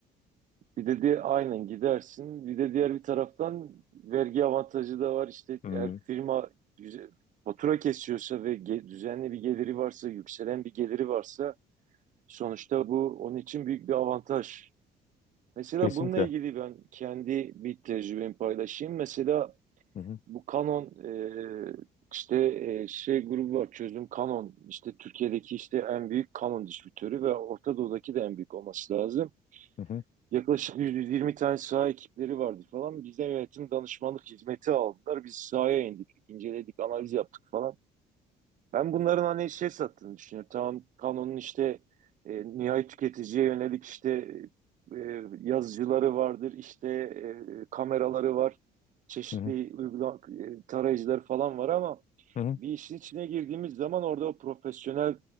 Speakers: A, on the right (about 50°); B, on the left (about 45°).
A: Bir de di- aynen gidersin. Bir de diğer bir taraftan vergi avantajı da var. İşte
B: Hmm,
A: eğer firma güzel, fatura kesiyorsa ve ge- düzenli bir geliri varsa, yükselen bir geliri varsa sonuçta bu onun için büyük bir avantaj. Mesela
B: kesinlikle.
A: bununla ilgili ben kendi bir tecrübemi paylaşayım. Mesela
B: Hı hı,
A: bu Canon e, işte e, şey grubu var çözüm Canon. İşte Türkiye'deki işte en büyük Canon distribütörü ve Orta Doğu'daki de en büyük olması lazım.
B: hı hı,
A: Yaklaşık 120 tane saha ekipleri vardı falan. Bizden yönetim danışmanlık hizmeti aldılar. Biz sahaya indik, inceledik, analiz yaptık falan. Ben bunların hani şey sattığını düşünüyorum. Tamam, Canon'un işte e, nihai tüketiciye yönelik işte e, yazıcıları vardır, işte e, kameraları var, çeşitli
B: hı hı,
A: uygula e, tarayıcılar falan var ama
B: hı hı,
A: bir işin içine girdiğimiz zaman orada o profesyonel